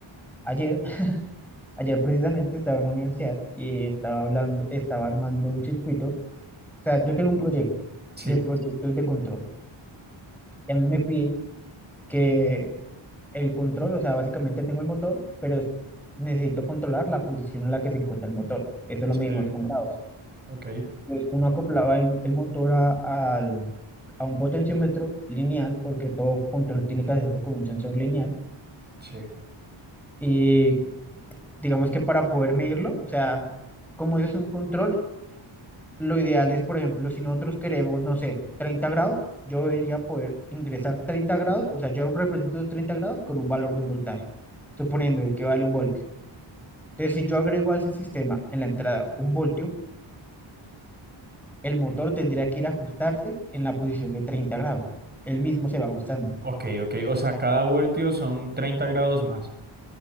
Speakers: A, in the centre; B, on the right (about 20°).
A: ayer, <laughs> ayer precisamente estaba en la universidad y estaba hablando, estaba armando un circuito. O sea, yo tengo un proyecto
B: sí,
A: y el proyecto es de control. Y a mí me piden que el control, o sea, básicamente tengo el motor, pero es- necesito controlar la posición en la que se encuentra el motor. Eso lo
B: sí,
A: medimos con grados.
B: Ok,
A: Entonces, uno acoplaba el, el motor a, al- a un potenciómetro lineal, porque todo control tiene que hacerse con un sensor lineal.
B: sí.
A: Y digamos que para poder medirlo, o sea, como eso es un control, lo ideal es, por ejemplo, si nosotros queremos, no sé, 30 grados, yo debería poder ingresar 30 grados, o sea, yo represento los 30 grados con un valor de un voltaje, suponiendo que vale un voltio. Entonces, si yo agrego a ese sistema en la entrada un voltio, el motor tendría que ir a ajustarse en la posición de 30 grados. Él mismo se va ajustando.
B: Ok, ok. O sea, cada voltio son 30 grados más.